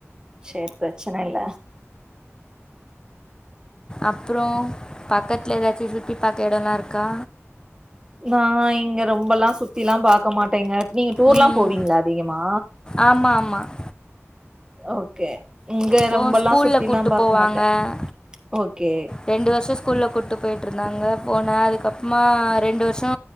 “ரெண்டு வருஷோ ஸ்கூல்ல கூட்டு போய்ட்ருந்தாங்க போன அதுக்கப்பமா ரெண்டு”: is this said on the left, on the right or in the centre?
Left